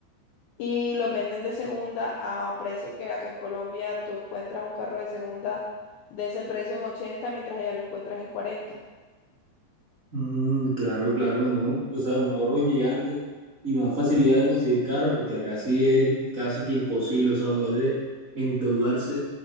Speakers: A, on the left; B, on the right.
A: y los venden de segunda a precios que acá en Colombia tú encuentras un carro de segunda de ese precio en 80, mientras allá lo encuentras en 40.
B: Mm, claro, claro, no. O sea, un ahorro gigante y más facilidad de conseguir carro, porque acá sí es casi que imposible, o sea, uno debe endeudarse